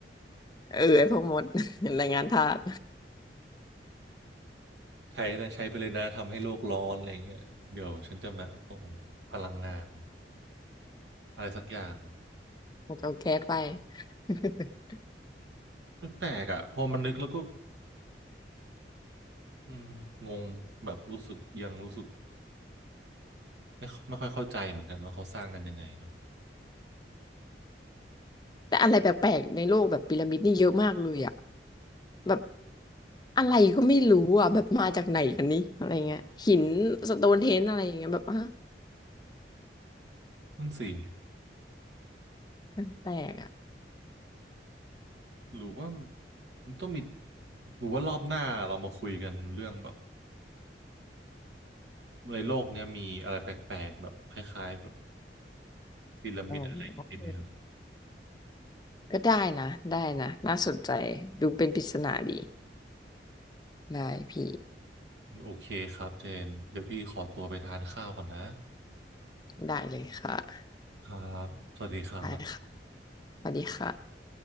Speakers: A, on the left; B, on the right.
A: <laughs> เออไอ้พวกมด <laughs> แรงงานทาส
B: ใช้นะใช้ไปเลยนะทำให้โลกร้อนอะไรเงี้ยเดี๋ยวฉันจะมาเอาพลังงานอะไรสักอย่าง
A: <laughs> เอาแก๊สไป <laughs>
B: มันแปลกอ่ะพอมันนึกแล้วก็อืมอืมงงแบบรู้สึกยังรู้สึกไม่ไม่ค่อยเข้าใจเหมือนกันว่าเขาสร้างกันยังไงเนาะ
A: แต่อะไรแปลกๆในโลกแบบพีระมิดนี่เยอะมากเลยอ่ะแบบอะไรก็ไม่รู้อ่ะแบบมาจากไหนกันนี่อะไรเงี้ยหินสโตนเทนอะไรอย่างเงี้ยแบบอ่ะ
B: มันสิ
A: มันแปลกอ่ะ
B: หรือว่ามันต้องมีหรือว่ารอบหน้าเรามาคุยกันเรื่องแบบในโลกเนี้ยมีอะไรแปลกๆแบบคล้ายๆแบบพีระมิดอะไรอย่างงี้ดีไหมเนาะ
A: อ๋อก็ได้นะได้นะน่าสนใจดูเป็นปริศนาดีได้พี่
B: โอเคครับเจนเดี๋ยวพี่ขอตัวไปทานข้าวก่อนนะ
A: ได้เลยค่ะ
B: ครับสวัสดีครับ
A: ได้ค่ะสวัสดีค่ะ